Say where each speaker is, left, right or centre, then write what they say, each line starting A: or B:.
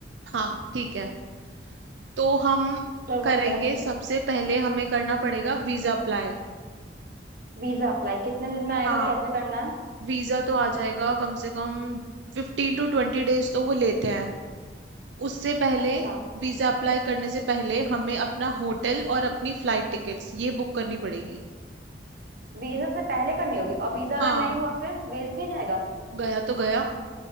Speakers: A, on the right; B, on the right.
A: हाँ ठीक है तो हम
B: चल
A: करेंगे
B: सकते हैं
A: सबसे पहले हमें करना पड़ेगा वीजा अप्लाई
B: वीजा अप्लाई कितने दिन में आएगा
A: हाँ
B: कैसे करना है
A: वीजा तो आ जाएगा कम से कम फिफ्टीन टू ट्वेंटी डेज तो वो लेते हैं उससे पहले
B: अच्छा
A: वीजा अप्लाई करने से पहले हमें अपना होटल और अपनी फ्लाइट टिकट्स ये बुक करनी पड़ेगी
B: वीजा से पहले करनी होगी और वीजा
A: हाँ
B: अगर नहीं हुआ फिर वेस्ट नहीं जाएगा
A: गया तो गया